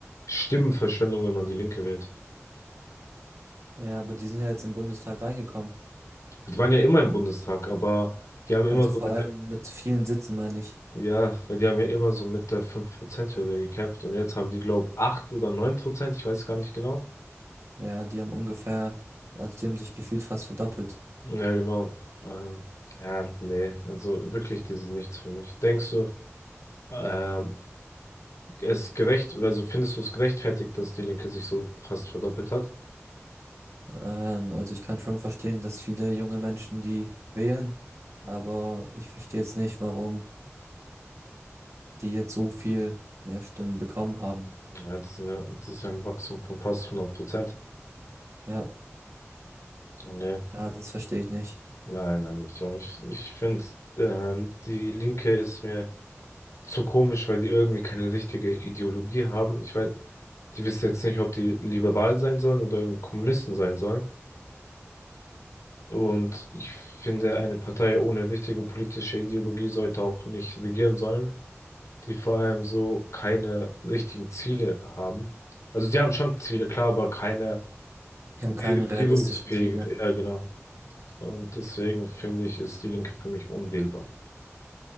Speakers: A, on the left; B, on the right.
A: Stimmenverschwendung, wenn man die Linke wählt.
B: Ja, aber die sind ja jetzt im Bundestag reingekommen.
A: Die waren ja immer im Bundestag, aber die haben immer
B: Also
A: so
B: vor
A: mit
B: Mhm. allem
A: der,
B: mit vielen Sitzen, meine ich.
A: ja, weil die haben ja immer so mit der 5%-Hürde gekämpft und jetzt haben die, glaube ich, 8 oder 9%, ich weiß gar nicht genau.
B: Ja, die haben ungefähr, also die haben sich gefühlt fast verdoppelt.
A: Hm. Ja, genau. Ähm, ja, nee, also wirklich, die sind nichts für mich. Denkst du, ähm, es gerecht, also findest du es gerechtfertigt, dass die Linke sich so fast verdoppelt hat?
B: Ähm, also ich kann schon verstehen, dass viele junge Menschen die wählen, aber ich verstehe jetzt nicht, warum die jetzt so viel mehr Stimmen bekommen haben.
A: Ja, das sind ja, das ist ja ein Wachstum von fast 100%.
B: Ja,
A: Nee,
B: ja, das verstehe ich nicht.
A: nein, nein, ich auch nicht. Ich finde, ähm, die Linke ist mir so komisch, weil die irgendwie keine richtige Ideologie haben. Ich weiß, die wissen jetzt nicht, ob die liberal sein sollen oder irgendwie Kommunisten sein sollen. Und ich finde, eine Partei ohne richtige politische Ideologie sollte auch nicht regieren sollen, die vor allem so keine richtigen Ziele haben. Also sie haben schon Ziele, klar, aber keine
B: Die haben
A: regierungsfähige,
B: keine realistischen Ziele.
A: ja genau. Und deswegen finde ich, ist die Linke für mich unwählbar.